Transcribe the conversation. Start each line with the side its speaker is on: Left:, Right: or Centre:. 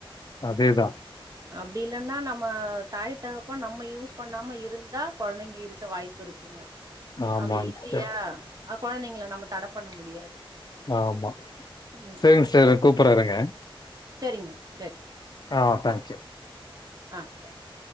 Left: அதே தா
Right: அப்டி இல்லன்னா நம்ம தாய் தகப்ப நம்ம யூஸ் பண்ணாம இருந்தா கொழந்தைங்க இருக்க வாய்ப்புருக் குங்க
Left: ஆமாங்க
Right: அப்டி இல்லியா
Left: சிஸ்டர்.
Right: அ கொழந்தைங்கள நம்ம தட பண்ண முடியாது
Left: ஆமா
Right: ம்
Left: சேரிங்க சார் நா கூப்புட்ற இருங்க
Right: சரிங்க சேர்
Left: ஆ தேங்க் யூ
Right: ஆ தேங்க் யூ